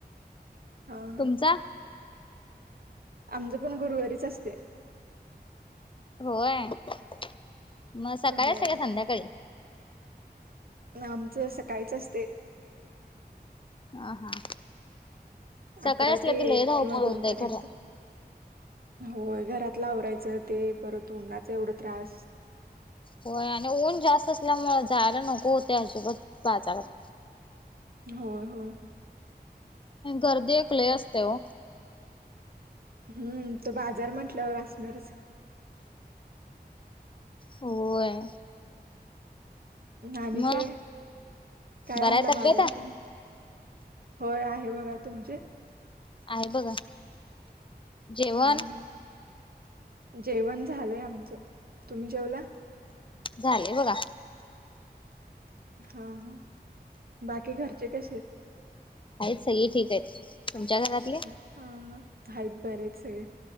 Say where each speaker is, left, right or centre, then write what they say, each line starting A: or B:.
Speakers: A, on the right (about 65°); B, on the left (about 30°).
A: हा हा
B: तुमचा
A: आमचं पण गुरुवारीच असतेय.
B: होय मग सकाळीच
A: होय
B: असतेय का संध्याकाळी?
A: आमचं सकाळीच असतंय.
B: हा हा सकाळी
A: अकरा
B: असलं
A: ते
B: की लय
A: एक
B: धावपळ
A: किंवा
B: होतय
A: दोन पर्यंत.
B: खरं
A: होय घरातला आवरायचं ते परत उन्हानाच एवढं त्रास
B: होय आणि ऊन जास्त असल्यामुळे जायला नको होत अजिबात बाजारात
A: होय होय
B: गर्दी लय असती ओ
A: हम्म तो बाजार म्हंटल्यावर असणारच
B: होय
A: आणि
B: मग
A: काय काय
B: बराय
A: आणला
B: तब्येत
A: बाजारातन मग? होय आहे बघा तुमचे?
B: आहे बघा जेवण?
A: हा हा जेवण झालंय आमचं तुम्ही जेवला?
B: झालेय बघा.
A: हा हा बाकी घरचे कसे आहेत?
B: आहेत, सगळे ठीक आहेत. तुमच्या घरात?
A: हा, आहेत बरेत सगळे.